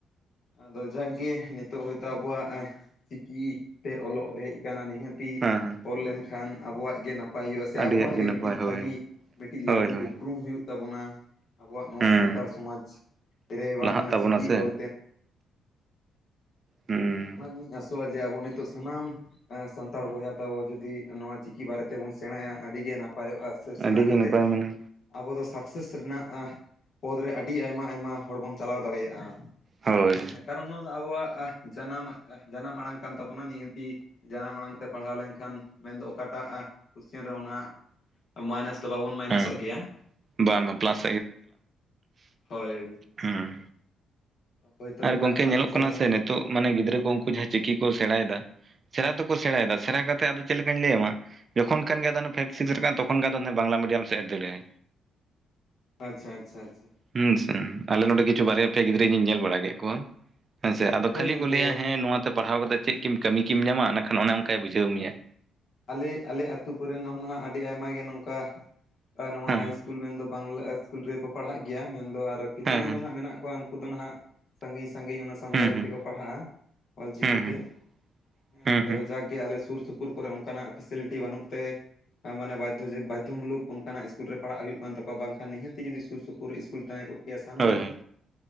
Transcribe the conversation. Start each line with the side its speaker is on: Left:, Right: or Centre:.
Left: ᱟᱫᱚ ᱡᱟᱜᱽ-ᱜᱮ ᱱᱤᱛᱚᱜ ᱦᱳᱭᱛᱳ ᱟᱵᱚᱣᱟᱜ ᱪᱤᱠᱤ ᱛᱮ ᱚᱞᱚᱜ ᱦᱮᱡ ᱱᱤᱦᱟᱹᱛᱤ
Right: ᱦᱮᱸ
Left: ᱚᱞ ᱞᱮᱱᱠᱷᱟᱱ ᱟᱵᱚᱣᱟᱜ ᱜᱮ ᱱᱟᱯᱟᱭ ᱱᱟᱯᱟᱭ ᱦᱩᱭᱩᱜᱼᱟ᱾ ᱥᱮ
Right: ᱟᱹᱰᱤᱭᱟᱜ
Left: ᱟᱵᱚᱣᱟᱜ ᱜᱮ
Right: ᱱᱟᱯᱟᱭ
Left: ᱢᱤᱫᱴᱤᱡ
Right: ᱦᱳᱭ
Left: ᱵᱷᱟᱹᱜᱤ ᱢᱤᱫᱴᱤᱡ ᱞᱟᱹᱴᱩ
Right: ᱦᱳᱭ ᱦᱳᱭ
Left: ᱩᱯᱨᱩᱢ ᱦᱩᱭᱩᱜ ᱛᱟᱵᱚᱱᱟ᱾ ᱟᱵᱚᱣᱟᱜ ᱱᱚᱣᱟ
Right: ᱦᱮᱸ
Left: ᱥᱟᱱᱛᱟᱲ ᱥᱚᱢᱟᱡᱽ ᱨᱮ ᱵᱟᱝᱢᱟ
Right: ᱞᱟᱦᱟᱜ ᱛᱟᱵᱚᱱᱟ
Left: ᱪᱤᱠᱤ
Right: ᱥᱮ
Left: ᱚᱞ᱾
Right: ᱦᱮᱸ
Left: ᱚᱱᱟᱜᱤᱧ ᱟᱥᱚᱜᱼᱟ᱾ ᱡᱮ ᱟᱵᱚ ᱱᱤᱛᱚᱜ ᱥᱟᱱᱟᱢ ᱥᱟᱱᱛᱟᱲ ᱵᱚᱭᱦᱟ ᱛᱟᱵᱚ ᱡᱩᱫᱤ ᱱᱚᱣᱟ ᱪᱤᱠᱤ ᱵᱟᱨᱮ ᱛᱮᱵᱚᱱ ᱥᱮᱬᱟᱭᱟ ᱟᱹᱰᱤᱜᱮ ᱱᱟᱯᱟᱭᱚᱜᱼᱟ᱾ ᱥᱮ ᱥᱮᱬᱟ
Right: ᱟᱹᱰᱤᱜᱮ
Left: ᱠᱟᱛᱮᱫ
Right: ᱱᱟᱯᱟᱭ ᱢᱟᱱᱮ
Left: ᱟᱵᱚ ᱫᱚ ᱥᱟᱠᱥᱮᱥ ᱨᱮᱱᱟᱜ ᱯᱚᱫᱨᱮ ᱟᱹᱰᱤ ᱟᱭᱢᱟ ᱟᱭᱢᱟ ᱦᱚᱲ ᱵᱚᱱ ᱪᱟᱞᱟᱣ ᱫᱟᱲᱮᱭᱟᱜᱼᱟ᱾
Right: ᱦᱳᱭ
Left: ᱦᱮᱸ ᱠᱟᱨᱚᱱ ᱱᱚᱣᱟ ᱫᱚ ᱟᱵᱚᱣᱟᱜ ᱡᱟᱱᱟᱢ ᱡᱟᱱᱟᱢ ᱟᱲᱟᱝ ᱠᱟ, ᱱ ᱛᱟᱵᱚᱱᱟ ᱱᱤᱦᱟᱹᱛᱤ᱾ ᱡᱟᱱᱟᱢ ᱟᱲᱟᱝ ᱛᱮ ᱯᱟᱲᱦᱟᱣ ᱞᱮᱱᱠᱷᱟᱱ, ᱢᱮᱱᱫᱚ ᱚᱠᱟᱴᱟᱜ ᱠᱩᱥᱪᱮᱱ ᱨᱮ ᱱᱟᱜ ᱢᱟᱭᱱᱟᱥ ᱫᱚ ᱵᱟᱵᱚᱱ ᱢᱟᱭᱱᱟᱥᱚᱜ
Right: ᱦᱮᱸ
Left: ᱜᱮᱭᱟ
Right: ᱵᱟᱝ ᱵᱟᱝ ᱯᱞᱟᱥ
Left: ᱦᱳᱭ᱾
Right: ᱦᱩᱸ
Left: ᱦᱳᱭᱛᱳ
Right: ᱟᱨ
Left: ᱮᱴᱟᱜ
Right: ᱜᱚᱝᱠᱮ ᱧᱮᱞᱚᱜ
Left: ᱵᱷᱟᱥᱟ
Right: ᱠᱟᱱᱟ
Left: ᱛᱮᱵᱚᱱ
Right: ᱥᱮ ᱛᱚᱜ ᱢᱟᱱᱮ ᱜᱤᱫᱽᱨᱟᱹ ᱠᱚ ᱩᱱᱠᱩ ᱡᱟᱦᱟᱸ ᱪᱤᱠᱤ ᱠᱚ ᱥᱮᱬᱟᱭᱮᱫᱟ᱾ ᱥᱮᱬᱟ ᱫᱚᱠᱚ ᱥᱮᱬᱟ ᱭᱮᱫᱟ ᱥᱮᱬᱟ ᱠᱟᱛᱮ ᱟᱫᱚ ᱪᱮᱫ ᱞᱮᱠᱟᱧ ᱞᱟᱹᱭᱟᱢᱟ᱾ ᱡᱚᱠᱷᱚᱱ ᱠᱷᱟᱱ ᱜᱮ ᱯᱷᱤᱵᱷ ᱥᱤᱠᱥ ᱨᱮ ᱨᱟᱠᱟᱵᱟ ᱟ, ᱛᱚᱠᱷᱚᱱ ᱜᱮ ᱟ ᱵᱟᱝᱞᱟ ᱢᱤᱰᱤᱭᱟᱢ ᱥᱮᱮᱡ ᱫᱟᱲᱮᱭᱟᱭ᱾
Left: ᱟᱪᱪᱷᱟ ᱟᱪᱪᱷᱟ ᱟᱪᱪᱷᱟ᱾
Right: ᱦᱩᱸᱥᱮ ᱟᱞᱮ ᱱᱚᱰᱮ ᱠᱤᱪᱷᱩ ᱵᱟᱨᱭᱟ ᱯᱮᱭᱟ ᱜᱤᱫᱽᱨᱟᱹ ᱤᱧ ᱧᱮᱞ ᱵᱟᱲᱟ ᱠᱮᱫ ᱠᱚᱣᱟ᱾ ᱦᱮᱸᱥᱮ ᱟᱫᱚ
Left: ᱦᱳᱭ
Right: ᱠᱷᱟᱹᱞᱤ
Left: ᱜᱚᱝᱠᱮ
Right: ᱠᱚ ᱞᱟᱹᱭᱟ ᱦᱮᱸ ᱱᱚᱣᱟᱛᱮ ᱯᱟᱲᱦᱟᱣ ᱠᱟᱛᱮ ᱪᱮᱫ ᱠᱤ, ᱠᱟᱹᱢᱤ ᱠᱤ ᱧᱟᱢᱟ ᱮᱱᱮᱠᱷᱟᱱ ᱚᱱᱮ ᱚᱱᱠᱟᱭ ᱵᱩᱡᱷᱟᱹᱣ ᱢᱮᱭᱟᱭ᱾
Left: ᱟᱞᱮ ᱟᱞᱮ ᱟᱹᱛᱩ ᱠᱚᱨᱮ ᱱᱚ ᱦᱟᱜᱸ ᱟᱹᱰᱤ ᱟᱭᱢᱟ ᱜᱮ ᱱᱚᱝᱠᱟ᱾ ᱱᱚᱣᱟ
Right: ᱦᱮᱸ
Left: ᱦᱟᱭ ᱤᱥᱠᱩᱞ ᱢᱮᱱᱫᱚ ᱵᱟᱝᱞᱟ ᱤᱥᱠᱩᱞ ᱨᱮᱜᱮ ᱠᱚ ᱯᱟᱲᱦᱟᱜ ᱜᱮᱭᱟ ᱢᱮᱱᱫᱚ ᱟᱨ ᱠᱤᱪᱷᱩ
Right: ᱦᱮᱸ
Left: ᱜᱟᱱ ᱫᱚᱦᱟᱸᱜ ᱢᱮᱱᱟᱜ ᱠᱚᱣᱟ᱾ ᱩᱱᱠᱩ ᱫᱚ ᱱᱟᱦᱟᱜ ᱥᱟᱺᱜᱤᱧ ᱥᱟᱺᱜᱤᱧ ᱚᱱᱟ ᱥᱟᱱᱛᱟᱲᱤ
Right: ᱦᱮᱸ ᱦᱩᱸ ᱦᱩᱸ
Left: ᱛᱮᱠᱚ ᱯᱟᱲᱦᱟᱜᱼᱟ᱾ ᱚᱞᱪᱤᱠᱤᱛᱮ᱾
Right: ᱦᱩᱸ
Left: ᱦᱮᱸ
Right: ᱦᱩᱸ ᱦᱩᱸ
Left: ᱛᱚᱵᱮ
Right: ᱦᱩᱸ
Left: ᱡᱟᱠᱜᱮ ᱟᱞᱮ ᱥᱩᱨ ᱥᱩᱯᱩᱨ ᱠᱚᱨᱮ ᱚᱱᱠᱟᱱᱟᱜ ᱯᱷᱮᱥᱮᱞᱤᱴᱤ ᱵᱟᱹᱱᱩᱜ ᱛᱮ᱾ ᱢᱟᱱᱮ ᱵᱟᱫᱽᱫᱷᱚ ᱵᱟᱫᱽᱫᱷᱚ ᱢᱩᱞᱩᱠ ᱚᱱᱠᱟᱱᱟᱜ ᱤᱥᱠᱩᱞ ᱨᱮ ᱯᱟᱲᱦᱟᱜ ᱦᱩᱭᱩᱜ ᱠᱟᱱ ᱛᱟᱠᱚᱣᱟ ᱵᱟᱝᱠᱷᱟᱱ ᱱᱤᱦᱟᱹᱛᱤ ᱡᱩᱫᱤ ᱥᱩᱨ ᱥᱩᱯᱩᱨ ᱤᱥᱠᱩᱞ ᱛᱟᱦᱮᱸ ᱠᱚᱜ ᱠᱮᱭᱟ, ᱥᱟᱱᱟᱢ
Right: ᱦᱳᱭ ᱦᱳᱭ